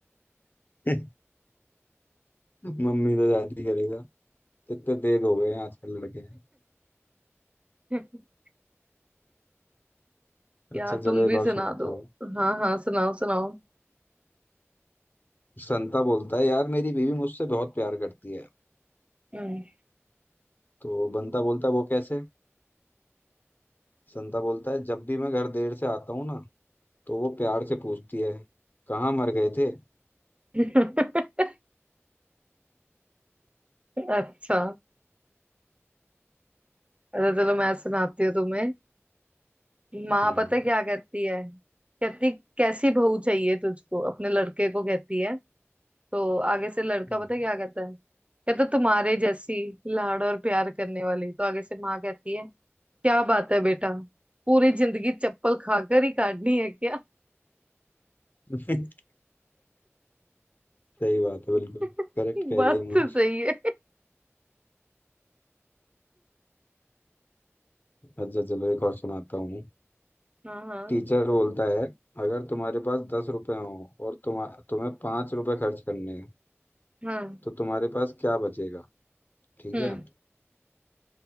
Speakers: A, on the left; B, on the right.
A: <laughs> मम्मी तो शादी करेगा कितने तेज हो गए हैं आजकल लड़के
B: <laughs> यार
A: अच्छा
B: तुम
A: चलो
B: भी
A: एक
B: सुना
A: और सुनाता
B: दो
A: हूँ
B: हाँ हाँ सुनाओ सुनाओ
A: संता बोलता है यार मेरी बीवी मुझसे बहुत प्यार करती है
B: हम्म।
A: तो बंता बोलता है वो कैसे संता बोलता है जब भी मैं घर देर से आता हूँ ना तो वो प्यार से पूछती है कहाँ मर गए थे
B: <laughs> अच्छा अरे चलो मैं सुनाती हूँ तुम्हें
A: हम्म
B: माँ पता है क्या कहती है कहती कैसी बहू चाहिए तुझको अपने लड़के को कहती है तो आगे से लड़का
A: हम्म।
B: पता है क्या कहता है कहता तुम्हारे जैसी लाड़ और प्यार करने वाली तो आगे से माँ कहती है क्या बात है बेटा पूरी जिंदगी चप्पल खाकर ही काटनी है क्या
A: <laughs> सही बात है बिल्कुल
B: <laughs>
A: करेक्ट कह
B: बात
A: रही है माँ
B: तो सही है
A: अच्छा चलो एक और सुनाता हूँ
B: हाँ हाँ
A: टीचर बोलता है अगर तुम्हारे पास दस रुपए हो और तुम तुम्हें पांच रुपए खर्च करने हैं
B: हाँ
A: तो तुम्हारे पास क्या बचेगा ठीक
B: हम्म
A: है